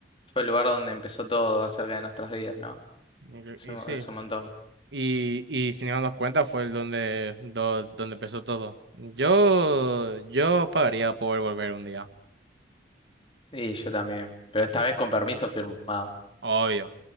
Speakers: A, on the left; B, on the right.
A: fue el lugar donde empezó todo acerca de nuestras vidas, ¿no?
B: Y,
A: Es un,
B: y sí,
A: es un montón.
B: y, y sin darnos cuenta fue el donde, do- donde empezó todo. Yo, yo pagaría por volver un día,
A: Y yo también, pero esta vez con permiso firmado.
B: obvio.